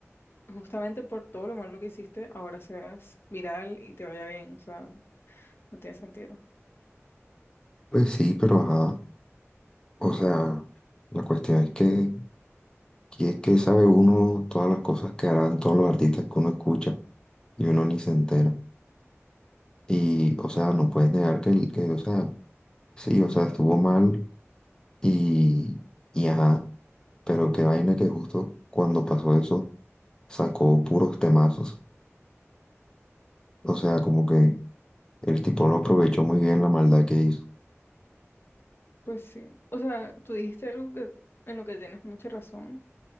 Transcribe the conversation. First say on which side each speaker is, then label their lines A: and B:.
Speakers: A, on the left (about 50°); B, on the left (about 15°).
A: justamente por todo lo malo que hiciste, ahora seas viral y te vaya bien? O sea, no tiene sentido.
B: Pues sí, pero ajá, o sea, la cuestión es que, que es que sabe uno todas las cosas que harán todos los artistas que uno escucha y uno ni se entera. Y, o sea, no puedes negar que, el- que, o sea, sí, o sea, estuvo mal y, y ajá, pero qué vaina que justo cuando pasó eso sacó puros temazos. O sea, como que el tipo lo aprovechó muy bien la maldad que hizo.
A: Pues sí. O sea, tú dijiste algo que, en lo que tienes mucha razón